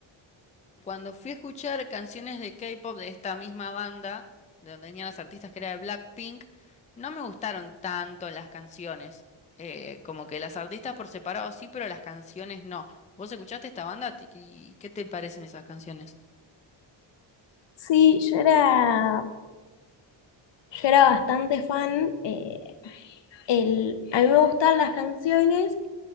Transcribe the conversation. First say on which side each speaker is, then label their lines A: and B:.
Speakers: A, on the left; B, on the left.
A: cuando fui a escuchar canciones de K-pop de esta misma banda, de donde venían las artistas que era de Blackpink, no me gustaron tanto las canciones. Eh, como que las artistas por separado sí, pero las canciones no. ¿Vos escuchaste esta banda? Ti- ¿Y qué te parecen esas canciones?
B: Sí, yo era, yo era bastante fan. eh, el, a mí me gustaban las canciones,